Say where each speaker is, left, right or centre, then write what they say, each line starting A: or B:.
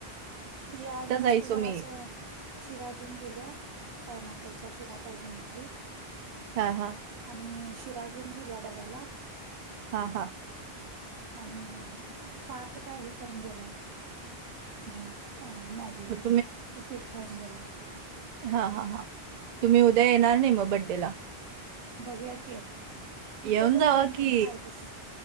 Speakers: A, on the right; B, on the right.
A: ती आज नसतो
B: जायचो
A: जरा
B: मी.
A: असं. शिरा घेऊन गेल्या पायनपलचा शिरा पाहिजे म्हटली.
B: हा हा.
A: आणि शिरा घेऊन गेल्या डब्याला
B: हा हा.
A: आणि पार तर काय हे करून गेलाय घेऊन मॅग
B: मग
A: उपीट खाऊन गेला.
B: हा हा हा तुम्ही उद्या येणार नाही मग बड्डेला.
A: बघूया कि इथं
B: येऊन
A: पण
B: जावा
A: कोणतरी
B: की.
A: पाहिजे की